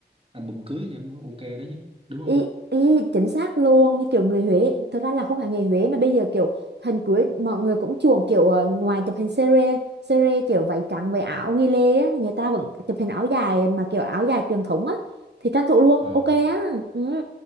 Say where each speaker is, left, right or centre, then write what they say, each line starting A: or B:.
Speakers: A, on the right (about 30°); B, on the right (about 70°).
A: album cưới vẫn ok đó chứ đúng
B: Y,
A: không
B: y chính xác luôn như kiểu người Huế, thực ra là không phải người Huế mà bây giờ kiểu hình cưới mọi người cũng chuộng kiểu ờ, ngoài chụp hình sere, sere kiểu váy trắng với áo ghi lê á, thì người ta vẫn chụp hình áo dài mà kiểu áo dài truyền thống á thì tranh thủ luôn,
A: à,
B: ok á. Ừ.